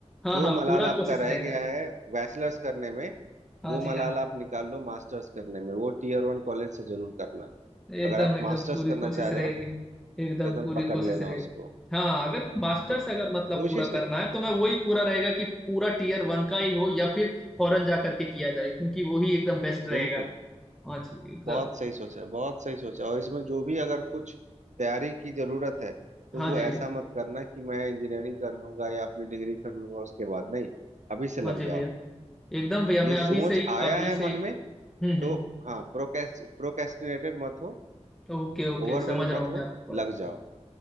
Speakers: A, in the centre; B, on the right.
A: हाँ
B: जो
A: हाँ
B: मलाल
A: पूरा
B: आपका
A: कोशिश रहेगा
B: रह गया है बैचलर्स करने में
A: हाँ
B: वो
A: जी
B: मलाल
A: हाँ
B: आप निकाल लो मास्टर्स करने में वो टीयर वन कॉलेज से जरूर करना
A: एकदम
B: अगर आप
A: एकदम
B: मास्टर्स
A: पूरी
B: करना
A: कोशिश
B: चाह रहे
A: रहेगी
B: हो
A: एकदम
B: तो एकदम
A: पूरी
B: पकड़
A: कोशिश
B: लेना
A: रहेगी
B: उसको
A: हाँ हाँ अगर मास्टर्स
B: ठीक है
A: अगर मतलब
B: कोशिश
A: पूरा
B: नहीं
A: करना है तो मैं वही पूरा रहेगा कि पूरा टीयर वन का ही हो या फिर फॉरेन जा करके किया जाए क्योंकि वही एकदम बेस्ट रहेगा
B: बिल्कुल
A: हाँ जी एकदम
B: बहुत सही सोचा बहुत सही सोचा और इसमें जो भी अगर कुछ तैयारी की जरूरत है तो
A: हाँ
B: वो
A: जी
B: ऐसा
A: भैया
B: मत करना कि मैं इंजीनियरिंग कर लूंगा या अपनी डिग्री कर लूंगा उसके बाद नहीं अभी से लग
A: हाँ जी
B: जाओ
A: भैया एकदम भैया
B: ये
A: मैं
B: सोच
A: अभी से ही
B: आया
A: अभी
B: है
A: से
B: मन
A: ही
B: में
A: हम्म
B: तो
A: हम्म
B: हाँ प्रोकेस्ट प्रोकेस्टिनेटेड मत हो
A: ओके ओके
B: ओवरवेल
A: समझ रहा
B: मत
A: हूँ मैं
B: हो
A: आपके पॉइंट
B: लग
A: को
B: जाओ